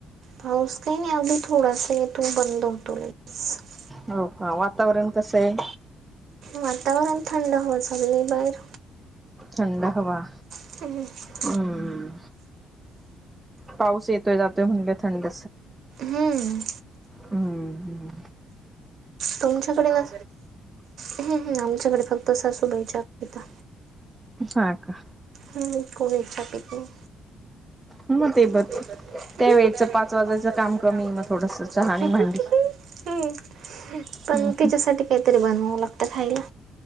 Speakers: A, on the right; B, on the right.
A: पाऊस काही नाही अगी थोडासा येतू बंद होतो. लगेच
B: हो का वातावरण कसं आहे?
A: वातावरण थंड हवा चाली बाहेर.
B: थंड हवा.
A: ह
B: हम्म पाऊस येत येतो जात होनगे थंड
A: हम्म.
B: हम्म्
A: तुमच्याकडे न हम्म् आमच्याकडे फक्त सासूबाई चया पितात.
B: हा का.
A: ह इ कोणी्छपित नाही.
B: मग ते
A: मेत
B: ब त्या वेळेचं
A: त्यावेेळेच
B: वाजायचं
A: पाच वाजाच
B: कमी
A: काम
B: मग
A: करण
B: थोडस
A: ना
B: चहा आणि भांडी.
A: थोडं हम् पण
B: हम्म
A: तिच्यासाठी काहीतरी बनवावं लागतं खायला.